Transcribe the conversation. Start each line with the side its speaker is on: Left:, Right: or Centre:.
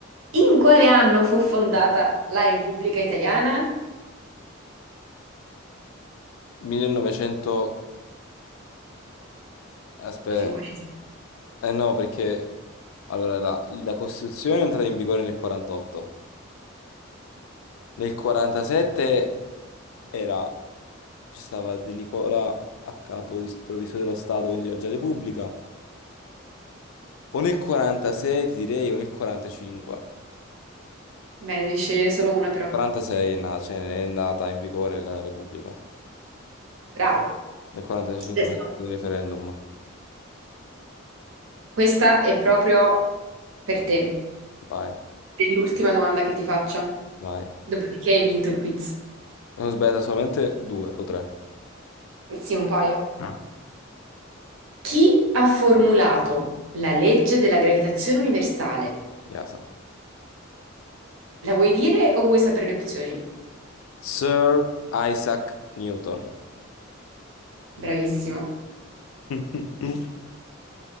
Right: in quale anno fu fondata la Repubblica Italiana?
Left: 1900... Aspetta.
Right: E fin qua. inizia.
Left: Eh no, perché... Allora, la, la Costituzione è entrata in vigore nel 48. Nel 47 era, ci stava De Nicola a capo di- provvisorio dello Stato, quindi era già Repubblica. O nel 46 ti direi, o nel 45.
Right: Bene, devi scegliere solo una però.
Left: 46 è nata, cioè, è nata in vigore la Repubblica.
Right: Bravo.
Left: Nel 45
Right: Adesso,
Left: penso del referendum.
Right: Questa è proprio per te.
Left: Vai,
Right: È l'ultima domanda che ti faccio.
Left: vai.
Right: Dopodiché hai vinto il quiz.
Left: Ne ho sbagliato solamente due o tre.
Right: Sì, un paio.
Left: Ah,
Right: Chi ha formulato la legge della gravitazione universale?
Left: Yasa.
Right: La vuoi dire o vuoi sapere le opzioni?
Left: Sir Isaac Newton.
Right: Bravissima.
Left: <laughs>